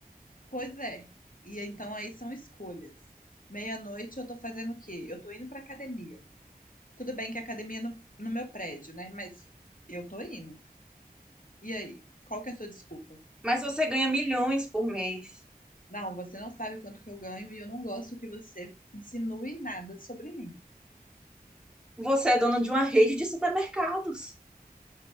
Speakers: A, on the left; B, in the centre.
A: Pois é. E então aí são escolhas. Meia-noite eu tô fazendo o quê? Eu tô indo pra academia. Tudo bem que a academia é no, no meu prédio, né? Mas eu tô indo. E aí? Qual que é a sua desculpa?
B: Mas você ganha milhões por mês.
A: Não, você não sabe quanto que eu ganho e eu não gosto que você insinue nada sobre mim.
B: Você é dono de uma rede de supermercados.